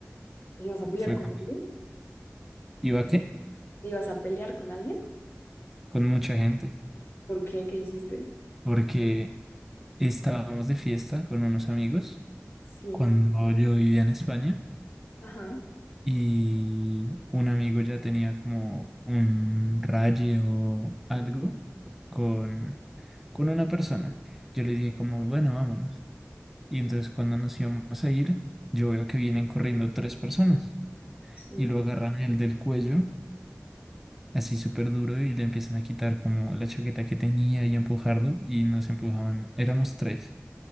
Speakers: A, on the left; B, in the centre.
A: ¿Te ibas a pelear
B: Fue
A: con
B: cuando
A: alguien?
B: iba qué?
A: ¿Te ibas a pelear con alguien?
B: Con mucha gente.
A: ¿Por qué? ¿Qué hiciste?
B: Porque estábamos de fiesta con unos amigos
A: Sí,
B: cuando yo vivía en España.
A: ajá,
B: y un amigo ya tenía como un raye o algo con, con una persona. Yo le dije como, bueno, vámonos. Y entonces cuando nos íbamos a ir, yo veo que vienen corriendo tres personas
A: sí.
B: y lo agarran el del cuello, así súper duro, y le empiezan a quitar como la chaqueta que tenía y a empujarlo y nos empujaban, éramos tres